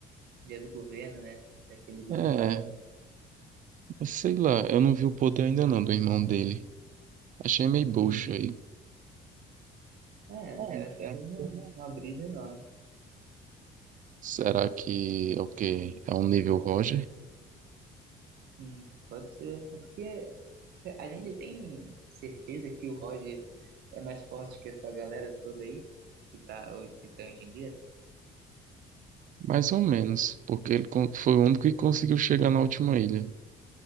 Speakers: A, on the right; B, on the right.
A: dia do governo, né? Aquele grupo
B: É,
A: lá da.
B: mas sei lá, eu não vi o poder ainda não do irmão dele. Achei meio bucha
A: Uhum.
B: aí.
A: É,
B: É,
A: eu acho
B: é
A: que foi
B: assim,
A: uma, uma brisa enorme.
B: Será que é o quê? É um nível Roger?
A: Hum, pode ser. É Porque a gente tem certeza que o Roger é mais forte que essa galera toda aí, que tá, ho- que tá hoje em dia?
B: Mais ou menos, porque ele con- foi o único que conseguiu chegar na última ilha.